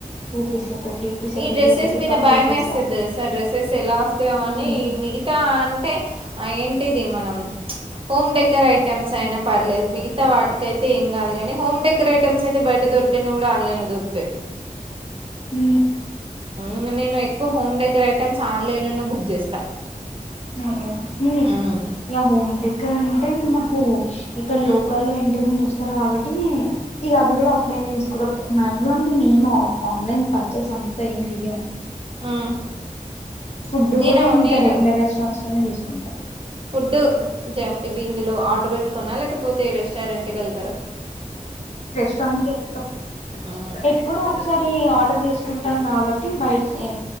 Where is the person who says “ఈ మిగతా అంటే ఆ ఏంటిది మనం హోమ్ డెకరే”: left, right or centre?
Right